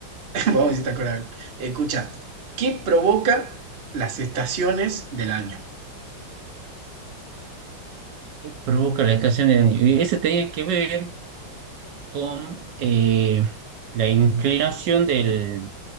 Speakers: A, on the right (about 45°); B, on the right (about 70°).
A: <laughs> vamos a ver si te acordás de algo. Escucha, ¿qué provoca las estaciones del año?
B: ¿Qué provoca la estación de daño? Y eso tenía que ver con eh, la inclinación del,